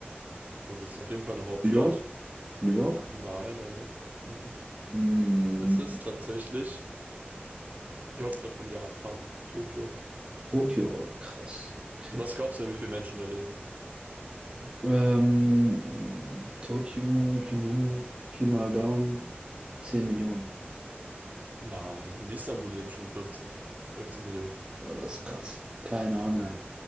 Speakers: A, on the right; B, on the right.
A: Also es ist auf jeden Fall eine Hauptstadt.
B: New York? New York?
A: Nein, nein, nein. Mhm.
B: Mm,
A: Es ist tatsächlich die Hauptstadt von Japan, Tokio.
B: Tokio, krass.
A: Was
B: Okay. okay.
A: glaubst du denn, wie viele Menschen da leben?
B: Ähm, Tokio, nun, Pi mal Daumen, 10 Millionen.
A: Nein, in Istanbul leben schon 15. 15 Millionen.
B: Oh, das ist krass. Keine Ahnung.
A: Ja.